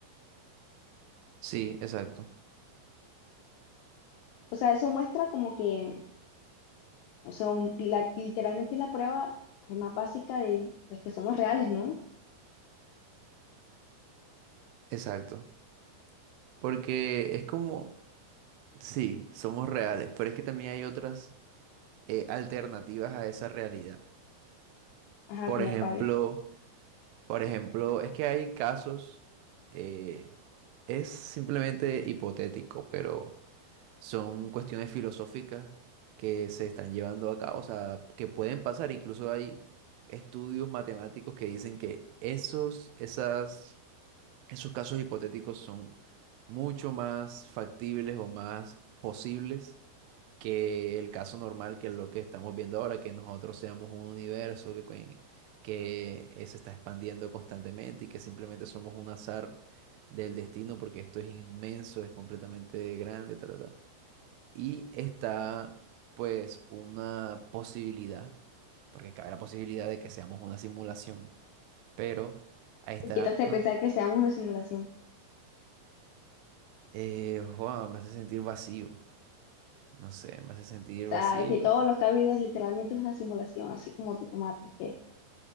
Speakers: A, on the right (about 80°); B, on the left (about 80°).
A: Sí, exacto,
B: O sea, eso muestra como que, o sea, un- la- literalmente es la prueba pues, más básica de pues, que somos reales, ¿no?
A: exacto. Porque es como, sí, somos reales, pero es que también hay otras eh, alternativas a esa realidad.
B: Ajá,
A: Por
B: como
A: ejemplo,
B: cuáles.
A: por ejemplo, es que hay casos, eh, es simplemente hipotético, pero son cuestiones filosóficas que se están llevando a cabo, o sea, que pueden pasar. Incluso hay estudios matemáticos que dicen que esos, esas esos casos hipotéticos son mucho más factibles o más posibles que el caso normal, que es lo que estamos viendo ahora, que nosotros seamos un universo que, cuen- que eh, se está expandiendo constantemente y que simplemente somos un azar del destino, porque esto es inmenso, es completamente grande, ta, ta, ta. Y está, pues, una posibilidad, porque cabe la posibilidad de que seamos una simulación, pero ahí está.
B: Y quítate de pensar que seamos una simulación.
A: Eh, wow, me hace sentir vacío. No sé, me hace sentir
B: sea,
A: vacío.
B: es que todos los que ha habido literalmente es una simulación, así como tipo Matrix. que-